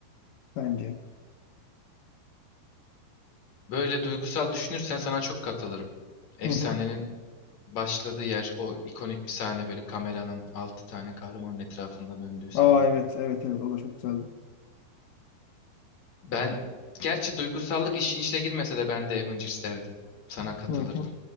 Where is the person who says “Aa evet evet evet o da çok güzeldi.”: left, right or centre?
Left